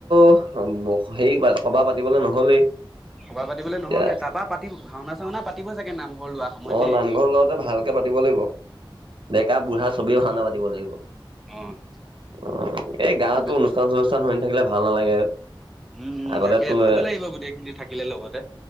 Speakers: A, on the right; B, in the centre.
A: <unintelligible> হেৰি সভা পাতিবলে নহলেই।
B: সভা পাতিবলৈ
A: এতিয়া
B: নহ'লে তাৰপা পাতিম ভাওনা চাওনা পাতিব চাগে নামঘৰ লোৱা সময়ত
A: অ
B: দেই।
A: নামঘৰ লওঁতে ভালকে পাতিব লাগিব ডেকা বুঢ়া চবে ভাওনা পাতিব লাগিব।
B: অ'।
A: অ', এই গাতো
B: উম,
A: অনুষ্ঠান চনুষ্ঠান শুনি থাকিলে ভাল নালাগে
B: উম, উম,
A: আগতে
B: তাকে
A: তোৰ
B: ভালো লাগিব গোটেইখিনি থাকিলে লগতে।